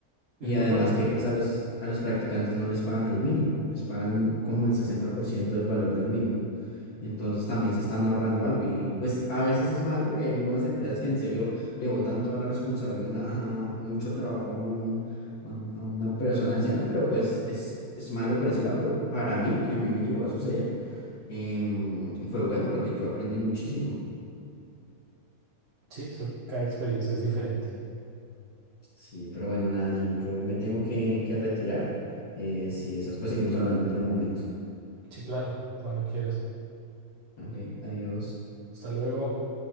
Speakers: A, on the right; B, on the left.
A: es
B: Y
A: muy
B: además
A: bueno.
B: que pues a los, a los practicantes no les pagan el mínimo, les pagan como el 60% del valor del mínimo. Entonces también se están ahorrando algo y pues a veces es malo porque hay algunas empresas que en serio le botan toda la responsabilidad, una- a mucho trabajo a, un- a un- a una persona anciana, pero pues es, es malo por ese lado, pero para mí, que a mí me llegó a suceder, em, fue bueno porque yo aprendí muchísimo.
A: Sí, so- cada experiencia es diferente.
B: Sí, pero bueno, nada, Gino, yo me tengo que, que retirar. Eh, si esas, pues seguimos hablando otro momento.
A: Sí, claro, cuando quieras.
B: Vale, adiós.
A: Hasta luego.